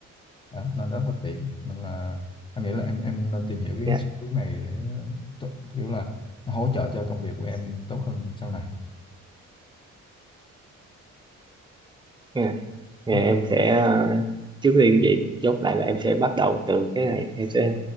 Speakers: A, on the left (about 15°); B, on the right (about 15°).
A: đó, nên rất là tiện nên là anh nghĩ là em em nên tìm hiểu cái
B: dạ,
A: xu hướng này để t- kiểu là nó hỗ trợ cho công việc của em tốt hơn sau này
B: dạ. thì
A: Ừ,
B: em sẽ ờ, trước tiên vậy chốt lại là em sẽ bắt đầu từ cái này em sẽ